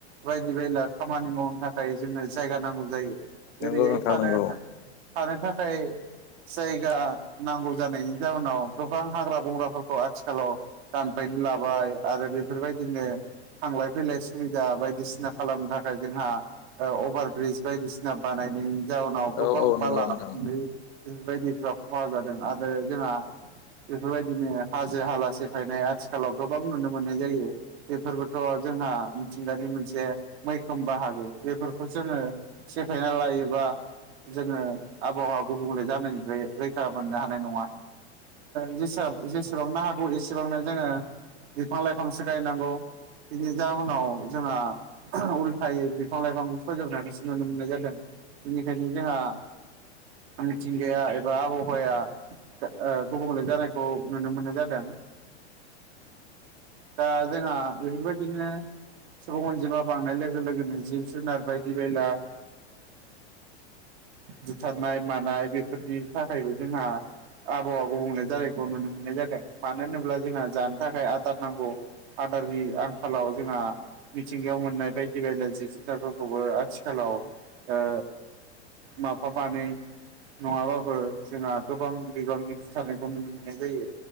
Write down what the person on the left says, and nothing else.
नंगौ नोंथां
नंगौ
औ औ
नंगौ नोंथां